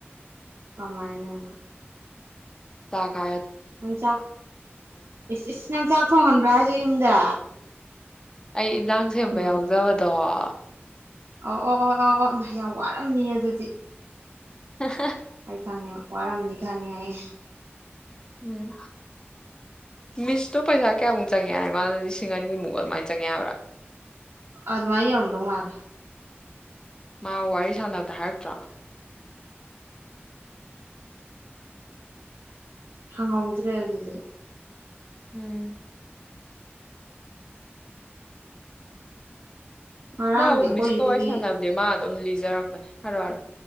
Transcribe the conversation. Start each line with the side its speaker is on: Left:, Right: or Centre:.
Right: ꯀꯃꯥꯏꯅ
Left: ꯆ ꯈ
Right: ꯅꯟꯆꯥꯛ ꯏꯁ ꯅꯟꯆꯥꯛ ꯊꯣꯡꯍꯟꯕ꯭ꯔꯥ ꯍꯥꯏꯁꯦ ꯌꯨꯝꯗ
Left: ꯑꯩ ꯏꯗꯥꯡ ꯁꯦꯝꯕ
Right: ꯎꯝ
Left: ꯌꯥꯎꯖꯕꯗꯣ ꯑ
Right: ꯑꯣ ꯑꯣ ꯑꯣ ꯑꯣ ꯅ ꯌꯥꯝ ꯋꯥꯔꯝꯅꯤ ꯑꯗꯨꯗꯤ
Left: <unintelligible>
Right: ꯑꯩ ꯈꯪꯉꯦ ꯋꯥꯔꯝꯅꯤ ꯈꯪꯉꯦ ꯑꯩ
Left: ꯎꯝ ꯃꯤꯁꯇꯣ ꯄꯩꯁꯥ ꯀꯌꯥꯃꯨꯛ ꯆꯪꯉꯦ ꯍꯥꯏꯅ ꯃꯥꯅ ꯂꯤꯁꯤꯡ ꯑꯅꯤꯃꯨꯛ ꯑꯗꯨꯃꯥꯏꯅ ꯆꯪꯉꯦ ꯌꯥꯕ꯭ꯔꯥ
Right: ꯑꯗꯨ ꯃꯥ ꯌꯧꯟꯗꯣꯡ ꯃꯥꯒ
Left: ꯃꯥ ꯋꯥꯔꯤ ꯁꯥꯟꯅꯕꯗ ꯍꯥꯏꯔꯛꯇ꯭ꯔꯥ
Right: ꯍꯪꯧꯗ꯭ꯔꯦ ꯑꯗꯨꯗꯗꯤ
Left: ꯎꯝ
Right: ꯉꯔꯥꯡꯗꯤ
Left: ꯃꯥ
Right: ꯑꯩꯈꯣꯏ
Left: ꯃꯤꯁꯀꯧꯋꯥꯏ
Right: ꯌꯨꯝꯒꯤ
Left: ꯁꯅꯗꯤ ꯃꯥ ꯑꯗꯨꯝ ꯂꯤꯖꯔꯛꯄꯅꯦ ꯍꯥꯏꯔꯔ